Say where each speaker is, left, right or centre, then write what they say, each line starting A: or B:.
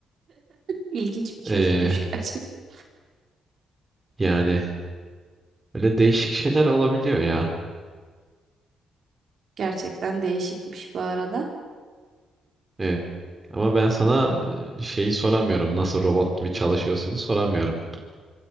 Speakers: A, on the right (about 55°); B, on the right (about 25°).
A: İlginç bir çözümmüş
B: Ee,
A: <laughs> gerçekten.
B: yani öyle değişik şeyler olabiliyor ya.
A: Gerçekten değişikmiş bu arada.
B: Evet. Ama ben sana e, şeyi soramıyorum. Nasıl robot gibi çalışıyorsun soramıyorum.